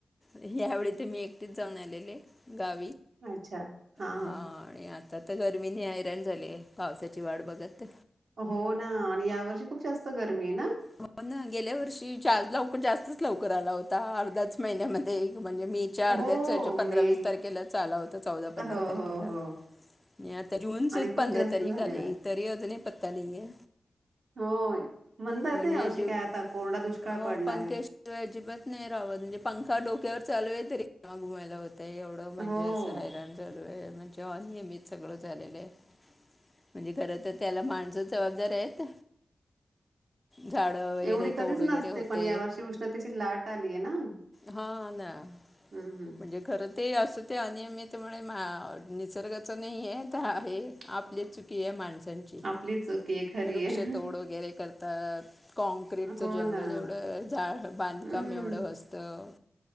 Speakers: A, on the left; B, on the right.
A: ह्यावेेळी ते मी एकटीच जाऊन आलेले. गावी
B: अच्छा हा
A: हां
B: हा हा.
A: आणि आता गरमीने हायराण झाली पावसाची वाढ बघत
B: हो ना आणि यावरशी खूप जास्त गरमी आहे ना?
A: हो ना, गेल्या वर्षी जा लवकर जास्तच लवकर आला होता हा अर्धाच महिन्यामध्ये. म्हणजे मे च्या अर्ध्याच
B: हो
A: ह्याच्या पंधरा
B: मे
A: वीस तारखेला आला होता चौदा पंधरा
B: हो
A: तारखेला
B: हो हो
A: नि आता जूनचेच
B: आणि खूप
A: पंधरा
B: जास्त
A: तारीख
B: झालेला
A: आली तरी अजूनही पत्ता नईये.
B: हो म्हणता
A: म्हणजे
B: येत नाही यावर्षी
A: अजिब
B: काय आता कोरडा दुष्काळ
A: हो
B: पडणार
A: पंक्या
B: आहे
A: शिवाय अजिबात नाही रावत म्हणजे पंखा डोक्यावर चालू आहे तरी ते घुमायला होत. ते एवढं म्हणजे
B: हो
A: अस हैराण झालोय. म्हणजे अनियमित सगळं झालेलं आहे. म्हणजे खरं तर त्याला माणसं जबाबदार आहेत. झाडं वगैरे
B: एवढी कधीच
A: तोड वगैरे
B: नसते
A: होते
B: पण यावर्षी उष्णतेची लाट आलीय ना हम्म
A: हां ना
B: हम्म.
A: म्हणजे खरं ते असं ते अनियमितमुळे मा निसर्गाचं नई हे आहे. चहा आहे आपलीच
B: हम्म
A: चुकी आहे माणसांची
B: आपली चुकी आहे खरी
A: वृक्ष
B: आहे
A: तोड वगैरे कर अ काँक्रीटचं
B: हो
A: जंगल
B: ना
A: एवढं झा बांधकाम
B: हम्म.
A: एवढं असतं.